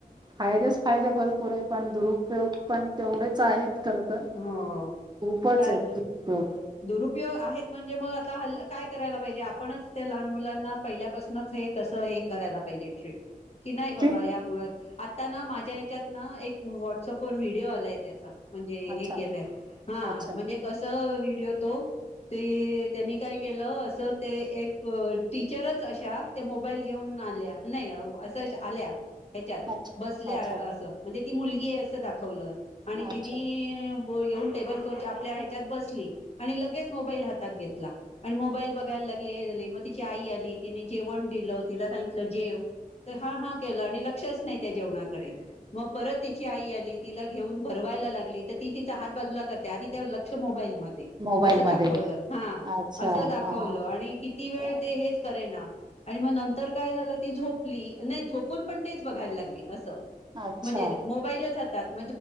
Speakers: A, on the right; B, on the left.
A: फायदे फायदे भरपूर आहे पण दुरुपयोग पण तेवढेच आहेत खर तर
B: हो
A: खूपच
B: कार
A: आहे
B: दुरुपयोग आहेत म्हणजे मग आता हल् काय करायला पाहिजे आपणच त्या लहान मुलांना पहिल्यापासूनच हेेत हे करायला पाहिजे ट कि नाही बाबा,
A: ठीक
B: या आता ना माझ्या या्याच्यात ना एक व्हॉट्सअप वर व्हिडिओ आलाय त्याचा. म्हणजे
A: अच्छा
B: हे केलंय. हा
A: अच्छा
B: म्हणजे कस व्हिडिओ तो ते त्यांनी काय केलं अस ते एक टीचरच अशा मोबाईल घेऊन आल्या. नाही अस अशा आल्या. ह्याच्यात
A: अच्छा
B: बसल्या.
A: अच्छा
B: असं म्हणजे ती मुलगी आहे असं दाखवलं आणि
A: अच्छा
B: तिने येऊन टेबल, खुर्च्या आपल्या ह्याच्यात बसली लगेच मोबाईल हातात घेतला. आणि मोबाईल बघायला लागली. हे झाली. तिची आई आली तिने जेवण दिलं तिला सांगितलं जे जेव त हा हा केलं तर लक्षच नाही त्या जेवणाकडे. मग परत तिची आई आली तिला हे घेऊन भरवायला लागली. तर ती तिचा हात बाजूला करते आधी त्या लक्ष मोबाईल म
A: मोबाईल
B: असं
A: मध्ये
B: दाखवलं. हा
A: अच्छा
B: असं दाखवलं.
A: हा
B: आणि किती वेळ
A: हा
B: ते हेच करेना. आणि मग नंतर काय झालं. ती झोपली नाही, झोपून पण तेच बघायला लागली असं.
A: अच्छा
B: म्हणजे मोबाईलच हातात